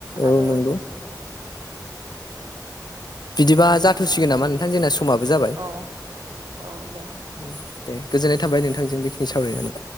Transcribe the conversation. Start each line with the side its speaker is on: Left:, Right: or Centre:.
Left: औ
Right: आरो
Left: नंगौ, बिदिबा जाथ'सिगोन नामा नोंथां? जोंना समाबो जाबाय।
Right: औ औ दे।
Left: औ दे, गोजोननाय थाबाय नोंथां जों बेखिनि सावरायनानै।